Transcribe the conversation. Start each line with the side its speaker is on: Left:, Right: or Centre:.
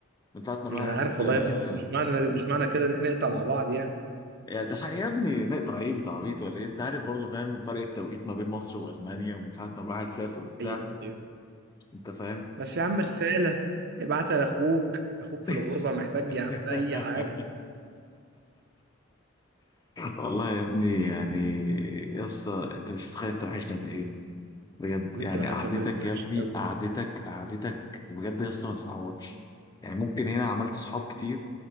Left: من ساعة ما الواحد
Right: انا عارف والله
Left: آه،
Right: يا ابني بس مش معنى مش معنى كده ان احنا نقطع مع بعض يعني
Left: يعني ده حقيقي يا ابني نقطع عين انت عبيط ولا ايه؟ انت عارف برضه فاهم فرق التوقيت ما بين مصر والمانيا ومن ساعة ما الواحد سافر وبتاع
Right: ايوه ايوه
Left: انت فاهم؟
Right: بس يا عم رساله ابعتها لاخوك اخوك في
Left: <laughs>
Right: الغربه محتاج يا عم اي حاجه
Left: والله يا ابني
Right: <laughs>
Left: يعني يا اسطى انت مش متخيل انت وحشني قد ايه؟ بجد
Right: وانت
Left: يعني
Right: وحياة
Left: قعدتك
Right: ربنا وحشني
Left: يا ابني
Right: قوي
Left: قعدتك قعدتك بجد يا اسطى ما تتعوضش يعني ممكن هنا عملت صحاب كتير